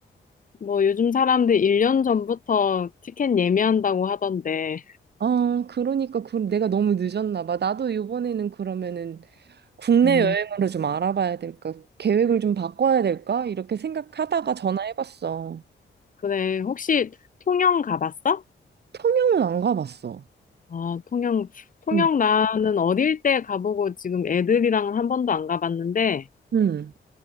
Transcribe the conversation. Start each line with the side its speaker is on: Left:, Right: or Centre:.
Left: 뭐 요즘 사람들 1년 전부터 티켓 예매한다고 하던데.
Right: 어, 그러니까 그, 내가 너무 늦었나 봐. 나도 이번에는 그러면은 국내
Left: 음.
Right: 여행으로 좀 알아봐야 될까? 계획을 좀 바꿔야 될까? 이렇게 생각하다가 전화해봤어.
Left: 그래, 혹시 통영 가봤어?
Right: 통영은 안 가봤어.
Left: 아, 통영, 통영
Right: 응,
Left: 나는 어릴 때 가보고 지금 애들이랑 한 번도 안 가봤는데,
Right: 응.